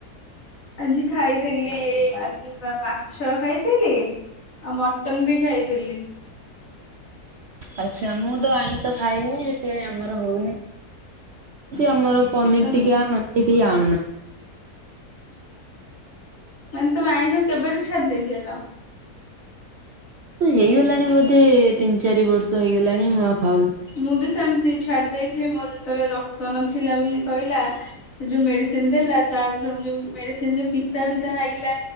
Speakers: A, on the left (about 55°); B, on the right (about 60°).
A: ଆଜି ଖାଇଥିଲି ଆଜି ବା ମାଛ ଖାଇଥିଲି। ଆଉ ମଟନ ବି ଖାଇଥିଲି।
B: ଆଚ୍ଛା ମୁଁ ତ ଆଇଁସ ଖାଏନି ସେଥିପାଇଁ ଆମର ହଉନି। ସେ ଆମର ପନିର
A: ତମେ
B: ଟିକେ ଆଣନ୍ତି କେହି ଆଣୁ ନାହାନ୍ତି।
A: ମାନେ ତମେ ଆଇଁଷ କେବେଠୁ ଛାଡି ଦେଇଛଲ?
B: ହେଇଗଲାଣି ବୋଧେ ତିନି ଚାରି ବର୍ଷ ହେଇଗଲାଣି ମୁ ଆଉ ଖାଉନି।
A: ମୁଁ ବି ସେମିତି ଛାଡି ଦେଇଥିଲି ମୋ ଯେତେବେଳେ ରକ୍ତ ନଥିଲା ବୋଲି କହିଲା। ସେ ଯୋଉ ମେଡିସିନ ଦେଲା ତ ଯୋଉ ମେଡିସିନ ଯୋ ପିତା ପିତା ଲାଗିଲା।